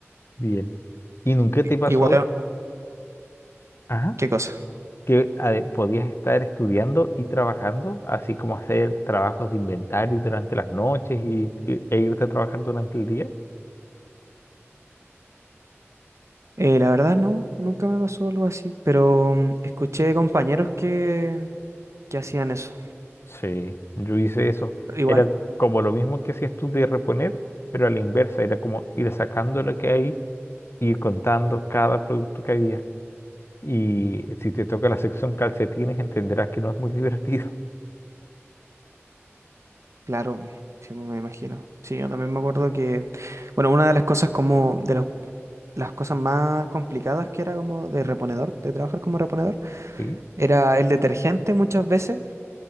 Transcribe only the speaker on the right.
I-
Igual,
¿qué cosa?
Eh, la verdad no, nunca me pasó algo así, pero mm, escuché compañeros que, que hacían eso.
Igual,
claro, sí me imagino. Sí, yo también me acuerdo que, bueno, una de las cosas como de los las cosas más complicadas que era como de reponedor, de trabajar como reponedor,
era el detergente muchas veces,